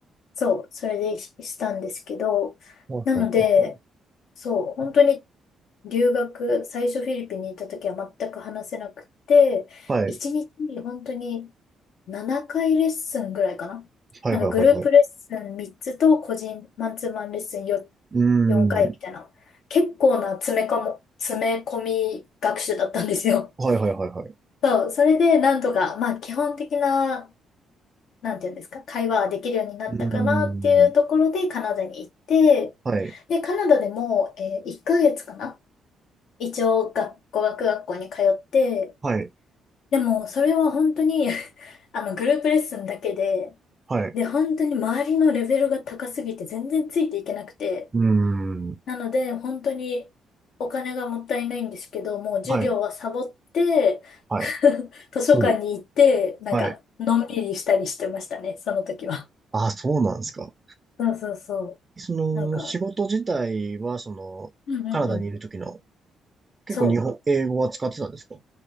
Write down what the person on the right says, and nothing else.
はいはいはい。
はい。
はいはいはいはい。
うー
ん。
はいはいはいはい。
うーん。はい。
はい。
はい。
うーん。
はい。はい。
ほう。
はい。
あ、そうなんですか。
その、
仕事自体は、その、
カナダにいる時の、結構日本、
英語は使ってたんですか